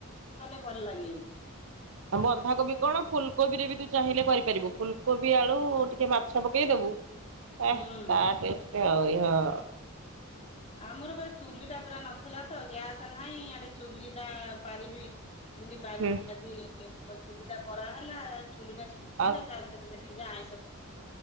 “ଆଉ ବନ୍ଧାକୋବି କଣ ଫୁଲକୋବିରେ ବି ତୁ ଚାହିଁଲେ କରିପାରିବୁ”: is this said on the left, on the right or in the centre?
Right